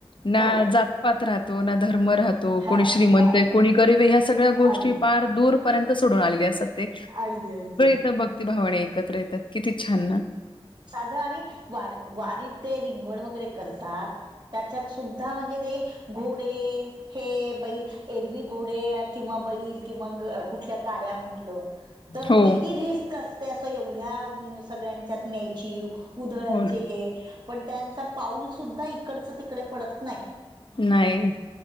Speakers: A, on the left; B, on the right.
A: नां
B: हो
A: जातं पांत राहतो नां धर्म राहतो
B: हा
A: कोणी श्रीमंत
B: हा
A: आहे कोणी गरीब ह्यां सगळ्यां गोष्टी
B: अगदी
A: पार- दूरपर्यंत सोडूंन आलेले असतांत ते.
B: अगदी अगदी
A: भक्ती भावांने एकत्रं येतांत किती छान नां.
B: साध आणि वारं वारीतं ते रिंगण वगैरें करतांत. त्यांच्यात सुद्धां म्हणजे ते घोडे- हे बैल एरवी घोडे किंवा बैल किंवा कुठल्यां गाड्यां म्हंटल. तरं
A: हो
B: किती रिस्क असते असं एवढ्यां सगळ्यांच्यात न्यांयची. उधळायचे
A: हो ना
B: हे पणं त्यांचा पाऊल सुद्धां इकडचं ती - तिकडं पडतं नाहीं.
A: नाही